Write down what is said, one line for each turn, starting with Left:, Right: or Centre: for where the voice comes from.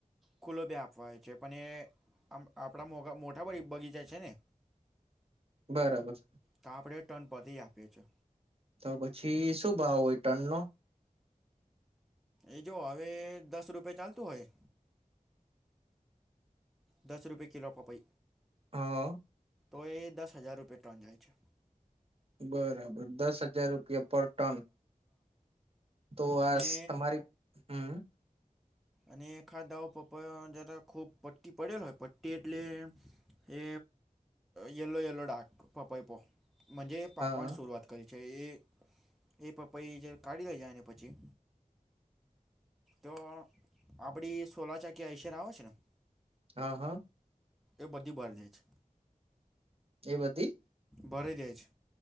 Centre: ખુલ્લો બે આપવાય છે, પણ એ આમ આપણા મોટા મોઢા બગીચા છે ને
Right: બરાબર.
Centre: તો આપણે ટન પતી આપે છે.
Right: તો પછી શું ભાવ હોય ટનનો?
Centre: એ જો અવે દસ રૂપે ચાલતો હોય. દસ રૂપે કિલો પપય
Right: હઅઅ.
Centre: તો એ દસ હજાર રૂપે ટન જાય છે.
Right: બરાબર દસ હજાર રૂપિયે પર ટન તો આ
Centre: અને
Right: સ તમારી હમ
Centre: અને એકાધાઉ પપૈયા જધા ખૂબ પટ્ટી પડેલ હોય પટ્ટી એટલે એ યલો યલો ડાક પપય પો મજે પાકવાની
Right: હા
Centre: શુરૂઆત કરી છે એ એ પપૈ જે કાઢીય જાયને પછી તો આપડી સોલા ચાકીયા અયશર આવે છે ન
Right: હાં, હાં.
Centre: એ બધી બાર જાય છે.
Right: એ બધી?
Centre: ભરાઈ જાય છ.